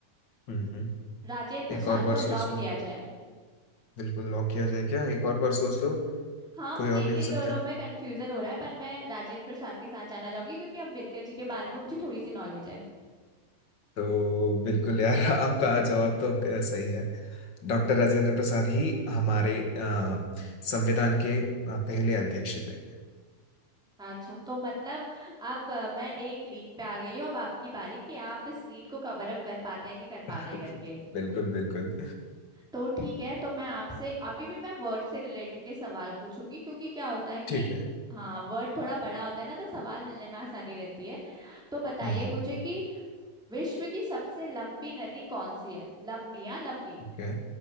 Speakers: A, on the left; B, in the centre.
A: हम्म हम्म।
B: राजेंद्र प्रसाद
A: एक और बार
B: को लॉक
A: सोच लो
B: किया जाए
A: बिल्कुल लॉक किया जाए क्या एक और बार सोच लो
B: हाँ
A: कोई
B: मुझे
A: और
B: इन्हीं
A: भी हो
B: दोनों
A: सकता है
B: में कंफ्यूजन हो रहा है पर मैं राजेंद्र प्रसाद के साथ जाना चाहूंगी क्योंकि अम्बेडकर जी के बारे में मुझे थोड़ी सी नॉलेज है
A: तो बिल्कुल यार <laughs> आपका जवाब तो अ, सही है डॉक्टर राजेंद्र प्रसाद ही हमारे अ, संविधान के अ, पहले अध्यक्ष थे
B: अच्छा तो मतलब अब अ, मैं एक लीड पे आ गई हूँ अब आपकी बारी कि आप इस लीड को कवर अप कर पाते हैं नहीं कर
A: <laughs>
B: पाते करके
A: बिल्कुल बिल्कुल
B: तो ठीक है तो मैं आपसे अभी भी मैं वर्ड से रिलेटेड के सवाल पूछूंगी क्योंकि क्या होता है कि
A: ठीक है
B: हाँ वर्ड थोड़ा बड़ा होता है ना तो सवाल मिलने में आसानी रहती है तो बताइए
A: हम्म हम्म,
B: मुझे कि विश्व की सबसे लंबी नदी कौन सी है लंबी हाँ लंबी
A: ओके